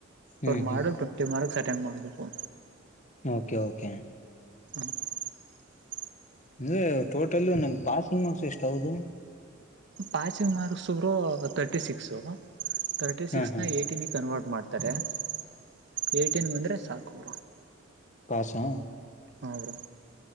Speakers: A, on the left (about 35°); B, on the right (about 60°).
A: ಹ್ಮ್
B: ಪರ್ ಮಾಡ
A: ಹ್ಮ್
B: ಟ್ವೆಂಟಿ ಮಾರ್ಕ್ಸ್ ಅಟೆಂಡ್ ಮಾಡಬೇಕು
A: ಓಕೆ ಓಕೆ
B: ಹ
A: ಅಂದ್ರೆ ಟೋಟಲ್ ನಮ ಪಾಸಿಂಗ್ ಮಾರ್ಕ್ಸ್ ಎಷ್ಟೌದು
B: ಪಾಸಿಂಗ್ ಮಾರ್ಕ್ಸ್ರು ತರ್ಟಿ ಸಿಕ್ಸ್ ತರ್ಟಿ
A: ಹಾ
B: ಸಿಕ್ಸ್
A: ಹಾ
B: ನ ಏಟಿನ ಕನ್ವರ್ಟ್ ಮಾಡತಾರೆ ತಾರೆ ಏಯ್ಟನ್ ಬಂದರೆ ಸಾಕು
A: ಕಸಾ
B: ಹಾ ಬ್ರೋ